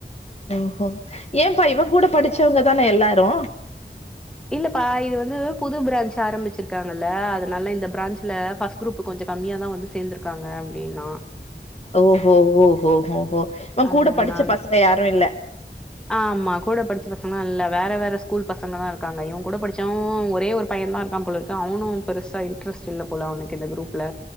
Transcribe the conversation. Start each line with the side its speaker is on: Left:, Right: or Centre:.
Left: ஓஹோ ஏம்பா இவங்கூட படிச்சவங்க தான எல்லாரு
Centre: இல்லப்பா இது வந்து புது ப்ராஞ்ச் ஆரம்பிச்சிருக்காங்கல்ல அதனால இந்த ப்ராஞ்சுல ஃபஸ் குரூப்பு கொஞ்ச கம்மியாதா வந்து சேர்ந்துருக்காங்க அப்டின்னா
Left: ஓஹோ ஓஹோ ஓஹோ இவன்கூட
Centre: அதனால
Left: படிச்ச பசங்க யாரு இல்ல
Centre: ஆமா கூட படிச்ச பசங்ளா இல்ல வேற வேற ஸ்கூல் பசங்கதா இருக்காங்க இவங்கூட படிச்சவை ஒரே ஒரு பையநாதா இருக்காம்போலரு க்கு அவனு பெருசா இன்ட்ரெஸ்ட் இல்ல போல அவனுக்கு இந்த க்ரூப்ல